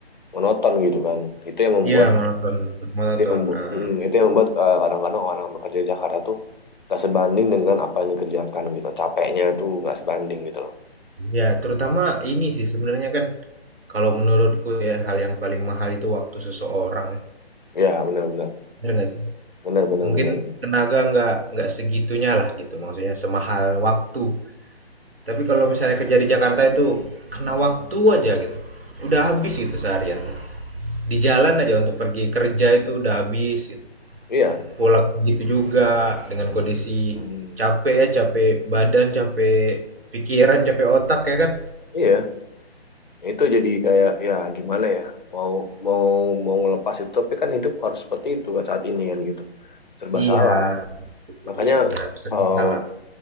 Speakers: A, on the left; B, on the right.
A: monoton gitu kan itu yang membuat
B: Iya, monoton, monoton.
A: itu yang membu-
B: eh.
A: mm, itu yang membuat eh, kadang-kadang orang bekerja di Jakarta tuh gak sebanding dengan apa yang dikerjakan gitu capeknya tuh gak sebanding gitu loh
B: Ya, terutama ini sih sebenarnya kan kalau menurutku ya hal yang paling mahal itu waktu seseorang, ya.
A: ya benar-benar
B: bener nggak sih?
A: benar-benar
B: Mungkin
A: benar
B: tenaga nggak nggak segitunya lah gitu, maksudnya semahal waktu. Tapi kalau misalnya kerja di Jakarta itu kena waktu aja gitu, udah habis gitu seharian. Di jalan aja untuk pergi kerja itu udah habis gitu.
A: iya
B: Pulang begitu juga dengan kondisi
A: Hmm,
B: capek ya, capek badan, capek pikiran, capek otak ya kan?
A: iya itu jadi kayak ya gimana ya mau mau mau ngelepas itu tapi kan hidup harus seperti itu kan saat ini kan gitu serba
B: Iya,
A: salah
B: itu
A: makanya
B: dia benar, sering
A: eh,
B: salah.